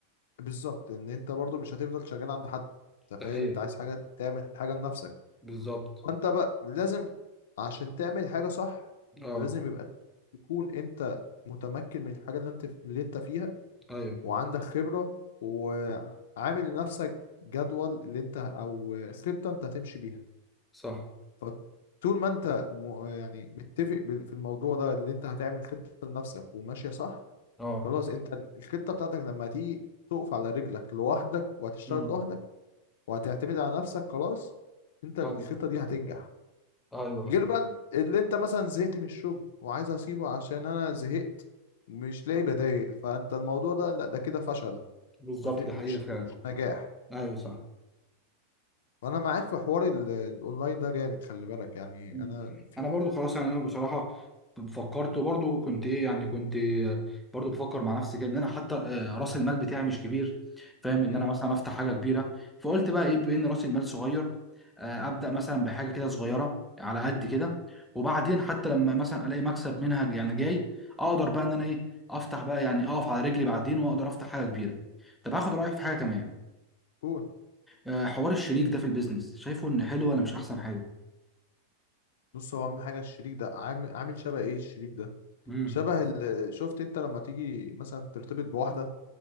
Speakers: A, on the left (about 55°); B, in the centre.
A: بالظبط ان انت برضو مش هتفضل شغال عند حد انت
B: ده
A: فاهم
B: حقيقي
A: انت عايز حاجه تعمل حاجه لنفسك
B: بالظبط
A: فانت بقى لازم عشان تعمل حاجه صح
B: اه
A: لازم يبقى تكون انت متمكن من الحاجه اللي انت اللي انت فيها
B: ايوه
A: وعندك خبره وعامل لنفسك جدول اللي انت او خطه انت هتمشي بيها
B: صح
A: فطول ما انت م- يعني متفق بال- في الموضوع ده اللي انت هتعمل خطة لنفسك وماشية صح
B: اه
A: خلاص انت ال- الخطة بتاعتك لما تيجي تقف على رجلك لوحدك وهتشتغل
B: امم
A: لوحدك وهتعتمد على نفسك خلاص انت الخطة
B: ايوه
A: دي هتنجح
B: ايوه
A: غير
B: ايوه
A: بقى ال- اللي انت مثلا زهقت من الشغل وعايز اسيبه عشان انا زهقت مش لاقي بدايل فانت الموضوع ده لا ده كده فشل
B: بالظبط
A: ما في
B: دي
A: مش
B: حقيقه فعلا
A: مش نجاح
B: ايوه صح
A: وانا معاك في حوار ال- الاونلاين ده جامد خلي بالك يعني
B: مم.
A: انا في
B: انا برضو خلاص يعني انا بصراحه فكرت وبرضو كنت ايه يعني كنت آه، برضو بفكر مع نفسي كده ان انا حتى آه، راس المال بتاعي مش كبير فاهم ان
A: امم
B: انا مثلا افتح حاجه كبيره فقلت بقى ايه بان راس المال صغير آه، ابدا مثلا بحاجه كده صغيره على قد كده وبعدين حتى لما مثلا الاقي مكسب منها يعني جاي اقدر بقى ان انا ايه افتح بقى يعني اقف على رجلي بعدين واقدر افتح حاجه كبيره طب هاخد رايك في حاجه كمان
A: قول
B: آه، حوار الشريك ده في البيزنس شايفه ان حلو ولا مش احسن حاجه
A: بص هو اهم حاجه الشريك ده عامل عامل شبه ايه الشريك ده
B: امم
A: شبه ال... شفت انت لما تيجي مثلا ترتبط بواحده